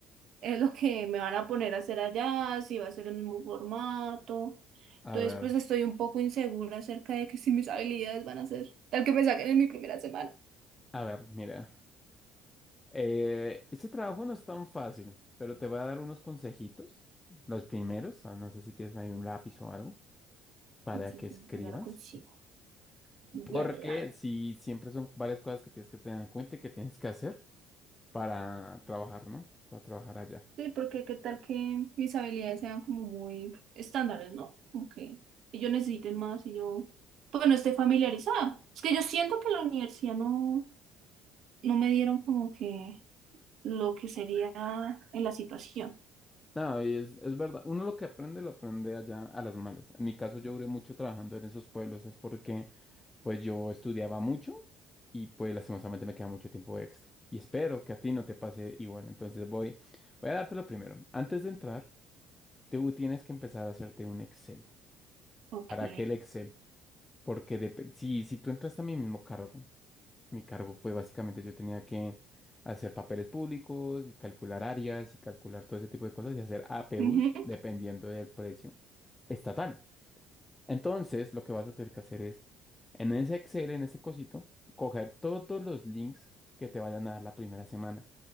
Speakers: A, on the right; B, on the left.
A: es lo que me van a poner a hacer allá, si va a ser el mismo formato.
B: A
A: Entonces,
B: ver,
A: pues estoy un poco insegura acerca de que si mis habilidades van a ser tal que me saquen en mi primera semana.
B: a ver, mira. Eh, este trabajo no es tan fácil, pero te voy a dar unos consejitos. Los primeros. Ah, No sé si tienes ahí un lápiz o algo. para
A: Sí, sí,
B: que
A: sí,
B: escribas,
A: ya lo consigo. Ya,
B: porque
A: ya, ya.
B: si siempre son varias cosas que tienes que tener en cuenta y que tienes que hacer para trabajar, ¿no? Para trabajar allá.
A: Sí, porque qué tal que mis habilidades sean como muy estándares, ¿no? Como que ellos necesiten más y yo, pues no esté familiarizada. Es que yo siento que en la universidad no, no me dieron como que lo que sería en la situación.
B: No, y es, es verdad, uno lo que aprende lo aprende allá a las malas. En mi caso yo duré mucho trabajando en esos pueblos, es porque pues yo estudiaba mucho y pues lastimosamente me queda mucho tiempo extra. Y espero que a ti no te pase igual. Entonces voy, voy a dártelo primero. Antes de entrar, tú tienes que empezar a hacerte un Excel.
A: Ok.
B: ¿Para qué el Excel? Porque depe- si, si tú entras a mi mismo cargo Mi cargo fue básicamente yo tenía que hacer papeles públicos y calcular áreas y calcular todo ese tipo de cosas y hacer APUs
A: Ujú,
B: dependiendo del precio estatal. Entonces, lo que vas a tener que hacer es, en ese Excel, en ese cosito, coger todos los links que te vayan a dar la primera semana.